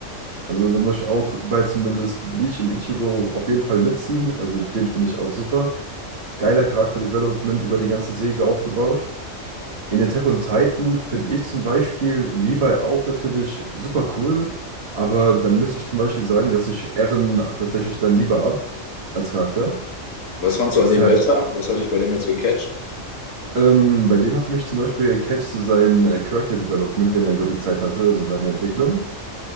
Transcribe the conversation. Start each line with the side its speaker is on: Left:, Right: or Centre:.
Right: Also da muss ich auch bei zumindest Bleach in Ichigo auf jeden Fall mitziehen. Also den finde ich auch super. Geiler Charakterdevelopment über die ganze Serie aufgebaut. In Attack on Titan finde ich zum Beispiel Levi auch natürlich super cool. Aber dann müsste ich zum Beispiel sagen, dass ich Eren tatsächlich dann lieber habe als Charakter.
Left: Was fandst
Right: Er
Left: du
Right: ist
Left: an dem
Right: halt.
Left: besser? Was hat dich bei dem jetzt gecatcht?
Right: Ähm, bei dem hat mich zum Beispiel gecatcht zu so sein äh, Character Development, den er über die Zeit hatte, also seine Entwicklung.